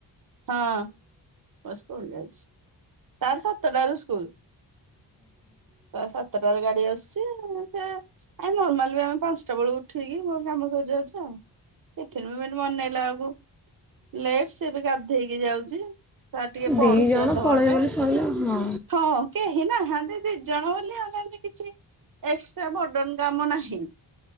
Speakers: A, on the right; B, in the centre.
A: ହଁ ପୁଅ ସ୍କୁଲ ଯାଉଛି ତାର ସାତଟାରୁ ସ୍କୁଲ। ତା ସାତଟାରୁ ଗାଡି ଆସୁଛି ସେ ଏଇ ନର୍ମାଲ ବି ଆମେ ପାଞ୍ଚଟା ବେଳୁ ଉଠେଇକି ମୋର କାମ ସରିଯାଉଛି ଆଉ। ଟଫିନ୍ ବିଫିନ୍ ମନେଇଲା ବେଳକୁ ଲେଟ୍ ସେ ବି ଗାଧେଇକି ଯାଉଛି। ଛୁଆ ଟିକେ
B: ଓହୋ ଦି
A: ପଢୁଚି
B: ଜଣ
A: ଅଧଘଣ୍ଟେ
B: ପଳେଇଗଲେ ସରିଲା ହଁ
A: ହଁ। କେହି ନାହାନ୍ତି ଦି ଜଣ ବୋଲି ଆମେ ଏନ୍ତି କିଛି ଏକ୍ସଟ୍ରା ବଡନ୍ କାମ ନାହିଁ।